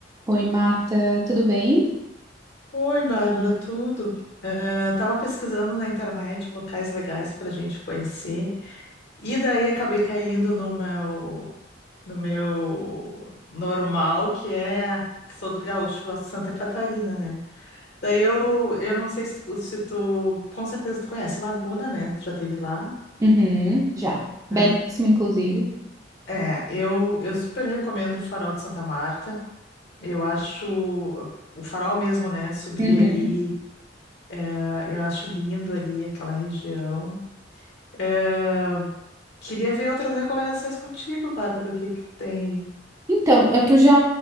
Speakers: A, on the right; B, on the left.
A: Oi, Marta, tudo bem?
B: Oi, Bárbara, tudo? Eh, tava pesquisando na internet locais legais para gente conhecer e daí acabei caindo no meu, no meu normal, que é que sou do Gaúcho, gosto de Santa Catarina, né? Daí eu, eu não sei se tu, se tu, com certeza tu conhece Laguna, né? Tu já esteve lá?
A: Uhum, já. Belíssimo,
B: Eh,
A: inclusive.
B: É, eu, eu super recomendo o Farol de Santa Marta. Eu acho o farol mesmo, né? Subir
A: Uhum.
B: ali, eh, eu acho lindo ali aquela região. Ah, queria ver outras recomendações contigo, Bárbara. O que que tu tem?
A: Então, eh, tu já